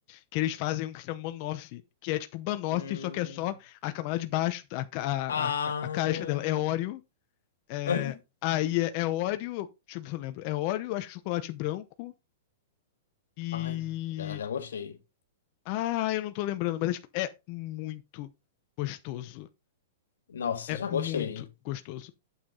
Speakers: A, on the left; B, on the left.
A: que eles fazem um que chama Monoff, que é tipo banoffee
B: Hum.
A: só que é só a camada de baixo, a, ca-
B: Ah.
A: a, a, a casca dela é Oreo É,
B: <laughs>
A: aí é, é Oreo, deixa eu ver se eu lembro. É Oreo, acho que chocolate branco e.
B: Ai, já, já gostei.
A: Ah, eu não tô lembrando, mas é, tipo, é muito gostoso.
B: Nossa,
A: É
B: já
A: muito
B: gostei.
A: gostoso.